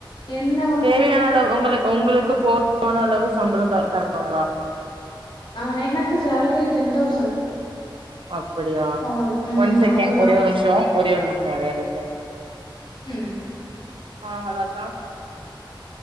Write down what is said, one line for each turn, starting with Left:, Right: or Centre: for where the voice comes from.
Left: என்னப
Right: தேவையான அளவு உங்களுக்கு உங்களுக்கு போர்ட் போன அந்த அளவு சம்பளம் தர் தர்வாங்லா
Left: ஆ எனக்கு சேலரி டென் தௌசண்ட்
Right: அப்டியா
Left: அவ் ம்
Right: ஒன் செகண்ட்
Left: அவ்ளோதான்
Right: ஒரே ஒரு நிமிஷோ ஒரே ஒரு நிமிஷோ ஒரே நிமிஷோ
Left: ம்
Right: ஆ ஹலோ அக்கா